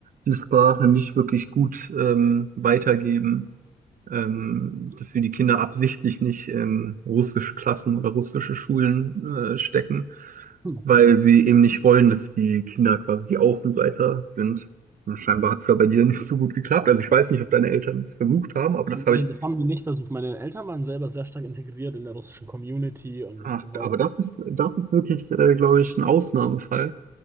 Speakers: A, on the right (about 60°); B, on the right (about 15°).
A: die Sprache nicht wirklich gut ähm, weitergeben, ähm, dass wir die Kinder absichtlich nicht in russische Klassen oder russische Schulen äh, stecken,
B: Hm.
A: weil sie eben nicht wollen, dass die Kinder quasi die Außenseiter sind. Und Scheinbar hat es ja bei dir nicht so gut geklappt. Also ich weiß nicht, ob deine Eltern es versucht haben, aber das
B: Nee,
A: habe ich
B: das haben die nicht versucht. Meine Eltern waren selber sehr stark integriert in der russischen Community und
A: Ach,
B: wir wollten,
A: aber das ist, das ist wirklich, äh, glaube ich, ein Ausnahmefall,